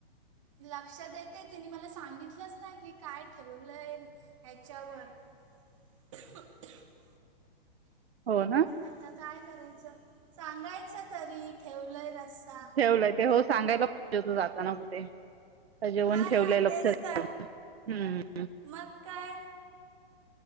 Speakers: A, on the right; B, on the right.
A: लक्षात येतंय, तिने मला सांगितलंच नाई की काय ठेवलंय ह्याच्यावर <unintelligible>
B: हो ना
A: आता काय करायचं? सांगायचं तरी ठेवलंय रस्सा
B: हो... सांगायला पाहिजे होतं जाताना कुठे जेवण
A: हा
B: ठेवलंय
A: ना
B: लक्ष
A: तेच तर.
B: <unintelligible> हम्म
A: मग काय?